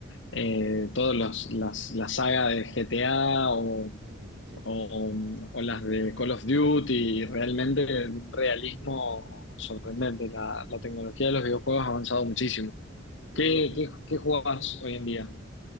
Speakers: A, on the left; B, on the right.
A: eh, todas las, las- la saga de GTA o,
B: mm, sí,
A: o- o las de Call of Duty, y realmente un realismo sorprendente. La, la tecnología de los videojuegos ha avanzado muchísimo.
B: sí,
A: ¿Qué,
B: sí,
A: qué,
B: sí.
A: qué jugás hoy en día?